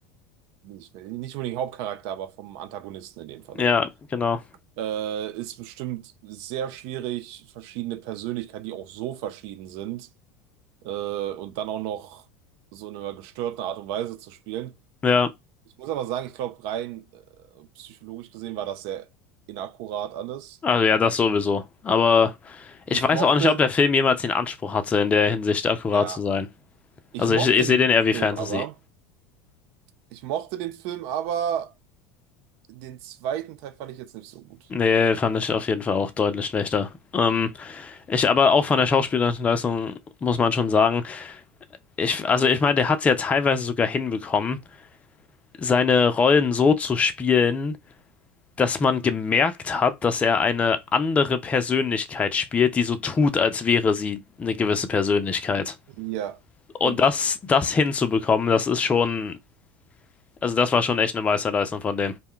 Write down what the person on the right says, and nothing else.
nicht, nicht unbedingt Hauptcharakter, aber vom Antagonisten in dem Falle.
Äh, ist bestimmt sehr schwierig, verschiedene Persönlichkeiten, die auch so verschieden sind, äh, und dann auch noch so in einer gestörten Art und Weise zu spielen.
Ich muss aber sagen, ich glaube, rein, äh, psychologisch gesehen war das sehr inakkurat alles.
Ich
mochte,
ja,
ich
mochte
den
Film
aber. Ich mochte den Film aber Den zweiten Teil fand ich jetzt nicht so gut.
Ja,
stimmt.